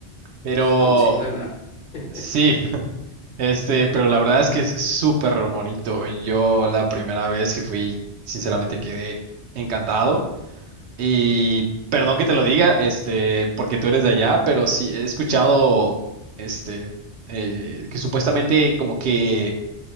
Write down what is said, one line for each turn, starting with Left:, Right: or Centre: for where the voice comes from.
Right: Pero
Left: con Chiclana. <laughs>
Right: sí, <laughs> este, pero la verdad es que es súper bonito. Yo la primera vez que fui, sinceramente quedé encantado. Y perdón que te lo diga, este, porque tú eres de allá, pero sí he escuchado, este, eh, que supuestamente como que